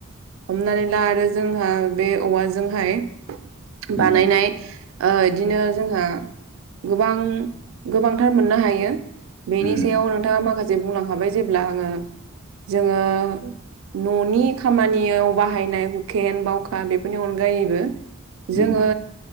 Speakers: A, on the right; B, on the left.
A: हमनानै ला आरो जोंहा बे औवाजोंहाय बानायनाय
B: उम
A: ओ इदिनो जोंहा गोबां-गोबांथार मोननो हायो बेनि
B: उम
A: सायाव नोंथां आं माखासे बुंलां हाबाय जेब्ला आङो जोङो न'नि खामानियाव बाहायनाय हुकेन बावखा बेफोरनि अनगायैबो
B: उम
A: जोङो